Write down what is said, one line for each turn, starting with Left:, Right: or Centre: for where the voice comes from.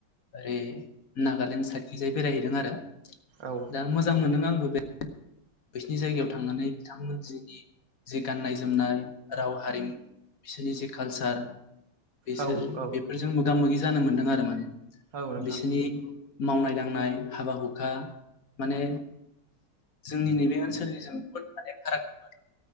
Left: ओरै नागालेण्ड साइडखिजाय बेरायहैदों आरो
Right: औ
Left: दा मोजां मोनो आंबो बे बिसिनि जायगायाव थांनानै बिथांमोन जिनि जे गाननाय जोमनाय राव हारिमु बिसोरनि जे कालचार बेसोर
Right: औ औ
Left: बेफोरजों मोगा मोगि जानो मोन्दों आरो माने
Right: औ नोंथां
Left: बिसिनि मावनाय दांनाय हाबा हुखा माने जि जोंनि नैबे ओनसोलनिजों बुहुद माने फाराग <unintelligible>